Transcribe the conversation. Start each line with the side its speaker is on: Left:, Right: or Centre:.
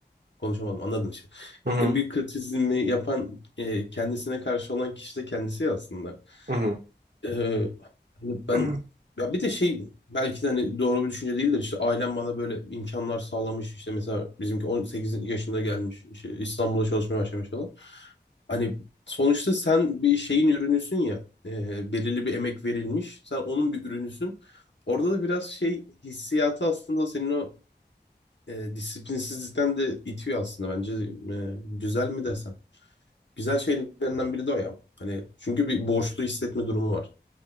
Left: konuşamadım anladın işte.
Right: hı,
Left: En büyük kritizmi yapan e, kendisine karşı olan kişi de kendisi ya aslında.
Right: hı hı.
Left: Ee, hani ben
Right: <clears throat>
Left: ya bir de şey belki de hani doğru bir düşünce değildir işte ailem bana böyle imkanlar sağlamış işte mesela bizimki 18 yaşında gelmiş işte İstanbul'a çalışmaya başlamış falan. Hani sonuçta sen bir şeyin ürünüsün ya e, belirli bir emek verilmiş sen onun bir ürünüsün. Orada da biraz şey hissiyatı aslında senin o e, disiplinsizlikten de itiyor aslında bence E, güzel mi desem. Güzel şeylerinden biri de o ya. Hani çünkü bir borçlu hissetme durumu var.